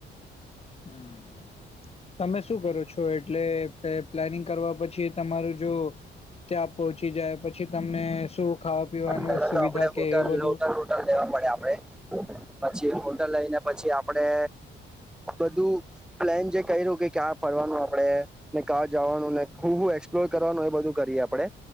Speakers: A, on the left (about 30°); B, in the centre.
A: હમ્મ, તમે શું કરો છો? એટલે પ્લાનિંગ કરવા પછી તમારું જો ત્યાં પહોંચી જાય પ પછી તમને શું ખાવા પીવાનું
B: પેલા
A: સુવિધા
B: તો આપડે
A: કે
B: હોટલ
A: એ બધું
B: હોટલ વોટલ લેવા પડે આપડે પછી હોટલ લઈને પછી આપડે બધું પ્લેન જે ક્યું કે ક્યાં ફરવાનું આપડે ને ક્યાં જવાનું ને હું હું એક્સપ્લોર કરવાનું એ બધું કરીએ આપડે.